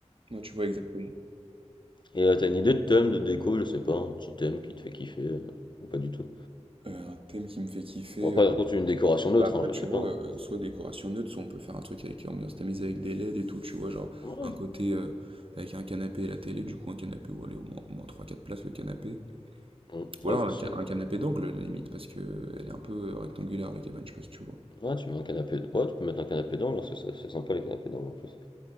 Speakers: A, on the right (about 50°); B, on the left (about 40°).
A: ouais, tu vois? Exactement.
B: Et euh, t'as une idée de thème, de déco, je sais pas, un petit thème qui te fait kiffer euh, ou pas du tout.
A: Heu, un thème qui me fait kiffer,
B: Bon après,
A: euh,
B: par contre, une décoration neutre,
A: Bah après,
B: hein, je
A: tu
B: sais
A: vois,
B: pas. hein.
A: euh, soit décoration neutre, soit on peut faire un truc avec ambiance tamisée avec des LED et tout, tu vois, genre
B: Ouais.
A: un côté euh, avec un canapé et la télé, du coup un canapé où aller au moins, au moins 3-4 places le canapé.
B: Mhm.
A: Ou
B: Ouais,
A: alors
B: facile.
A: un, ca-
B: ouais.
A: un canapé d'angle, à la limite, parce que euh, elle est un peu euh, rectangulaire la cabane, je sais pas si tu vois.
B: Ouais, tu mets un canapé. Ouais, tu peux mettre un canapé d'angle, hein, c'est ça- c'est sympa les canapés d'angle en plus.